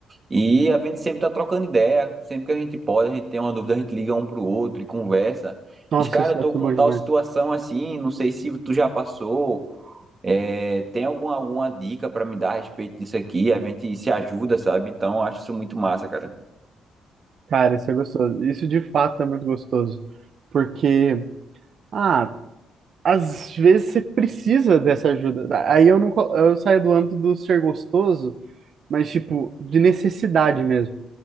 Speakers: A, on the right (about 30°); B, on the right (about 60°).
A: E a gente sempre tá trocando ideia, sempre que a gente pode, a gente tem uma dúvida, a gente liga um pro outro e conversa.
B: Nossa,
A: Diz, cara,
B: isso
A: eu
B: é
A: tô
B: tudo
A: com
B: bom
A: tal
B: demais.
A: situação assim, não sei se tu já passou, é, tem alguma, alguma dica pra me dar a respeito disso aqui? A gente se ajuda, sabe? Então, eu acho isso muito massa, cara.
B: Cara, isso é gostoso. Isso de fato é muito gostoso. Porque, ah, às vezes você precisa dessa ajuda. Aí eu não, co- eu saio do âmbito do ser gostoso, mas tipo, de necessidade mesmo.